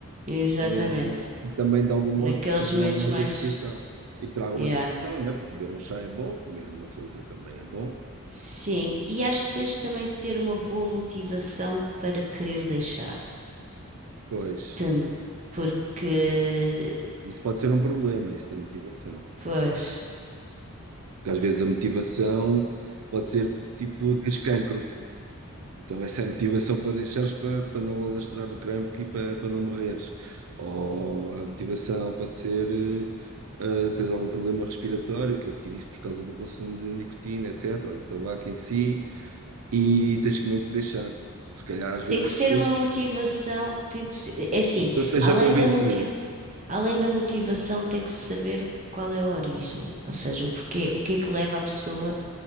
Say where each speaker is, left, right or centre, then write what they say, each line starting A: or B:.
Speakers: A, on the right (about 30°); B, on the right (about 80°).
A: Exatamente.
B: ou- e que também de algum modo
A: Naqueles
B: te traga
A: momentos
B: alguma
A: mais.
B: satisfação. E que traga alguma
A: Yeah.
B: satisfação, não é? Porque comer um chá é bom, comer uma fruta também é bom.
A: Sim. E acho que tens também de ter uma boa motivação para querer deixar.
B: Pois,
A: Tam- Porque.
B: isso pode ser um problema, isso da motivação.
A: Pois.
B: Porque às vezes a motivação pode ser tipo, tens cancro. Então essa é a motivação para deixares para, para não alastrar o crampo e para, para não morreres. Ou a motivação pode ser eh, eh, tens algum problema respiratório que adquiriste por causa do consumo de nicotina, etc., ou do tabaco em si, e tens que mesmo que deixar. Se calhar às vezes
A: Tem que
B: as
A: ser
B: pessoas,
A: uma motivação. Tem que ser. É assim.
B: a pessoa esteja
A: Além
B: convencida.
A: da motivação. Além da motivação, tem que se saber o- qual é a origem, ou seja, o porquê, o que é que leva a pessoa